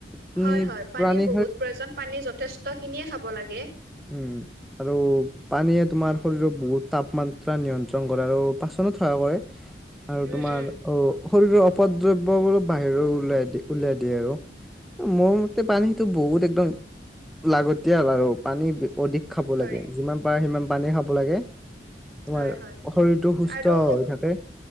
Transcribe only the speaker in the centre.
তুমি
প্ৰাণী
উম আৰু পানীয়ে তোমাৰ শৰীৰত বহুত তাপমাত্ৰা নিয়ন্ত্ৰণ কৰে আৰু পাছত সহাই কৰে আৰু
তোমাৰ
অ শৰীৰৰ অপদ দ্ৰব্য বল বাহিৰ উওলাই দি উলিয়াই দিয়ে আৰু মোৰ মতে পানী সেইটো বহুত একদম লাগতিয়াল আৰু পানী অধিক খাব
লাগে যিমান পাৰে সিমান পানী খাব লাগে তোমাৰ
শৰীৰটো সুস্থ
হৈ থাকে